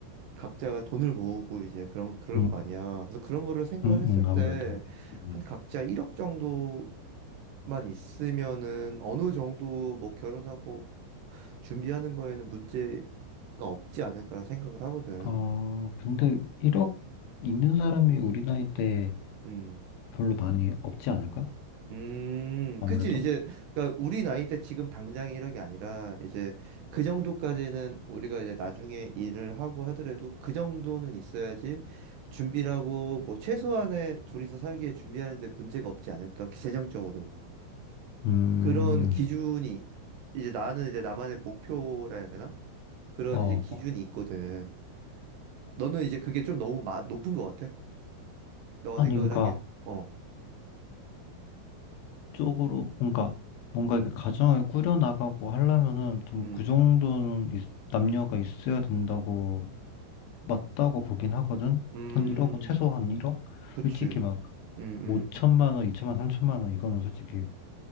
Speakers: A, on the right; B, on the left.
A: 각자가 돈을 모으고 이제 그런 그럴
B: 음,
A: 거 아니야. 그래서 그런 거를 생각을
B: 음,
A: 했을
B: 음,
A: 때
B: 아무래도. 음.
A: 한 각자 1억 정도 만 있으면은 어느 정도 뭐 결혼하고 준비하는 거에는 문제가 없지 않을까라 생각을 하거든.
B: 어, 근데 1억 있는 사람이 우리 나이 때
A: 음.
B: 별로 많이 없지 않을까?
A: 음,
B: 아무래도.
A: 그치, 이제, 그니까, 우리 나이 때 지금 당장 이런 게 아니라, 이제, 그 정도까지는 우리가 이제 나중에 일을 하고 하더라도, 그 정도는 있어야지, 준비라고, 뭐, 최소한의 둘이서 살기에 준비하는데 문제가 없지 않을까, 재정적으로.
B: 음,
A: 그런 기준이, 이제 나는 이제 나만의 목표라 해야 되나? 그런
B: 어,
A: 이제 기준이 있거든. 너는 이제 그게 좀 너무 마- 높은 것 같아? 너가
B: 아니,
A: 생각을
B: 그러니까,
A: 하기엔? 어,
B: 현실적으로, 그러니까, 뭔가 이게 가정을 꾸려나가고 하려면은 좀
A: 음,
B: 그 정도는 있- 남녀가 있어야 된다고, 맞다고 보긴 하거든?
A: 음,
B: 한 1억, 최소 한 1억?
A: 그치.
B: 솔직히
A: 음, 음,
B: 5천만 원, 2천만 원, 3천만 원 이거는 솔직히